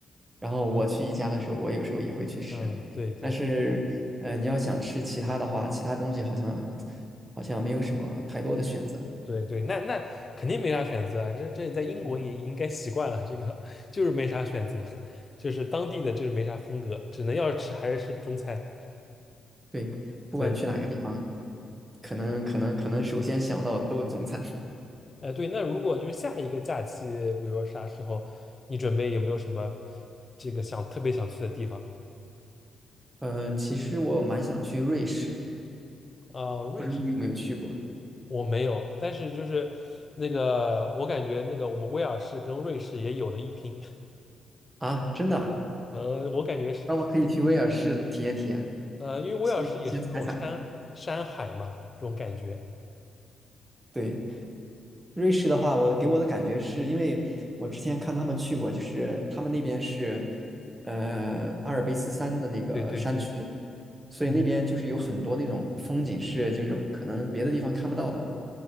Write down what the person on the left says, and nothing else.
嗯，对对
对对，那那肯定没啥选择啊，这这在英国也应该习惯了，
这个就是没啥选择，就是当地的就是没啥风格，只能要是吃还是吃中餐。
对，
呃对，那如果就是下一个假期，比如说啥时候，你准备有没有什么这个想特别想去的地方
啊？瑞士。
我没有，但是就是那个，我感觉那个我们威尔士跟瑞士也有的一拼。<laughs>
呃，我感觉是，
呃，因为威尔士也是这种山山海嘛，
这种感觉。
对对对，
嗯，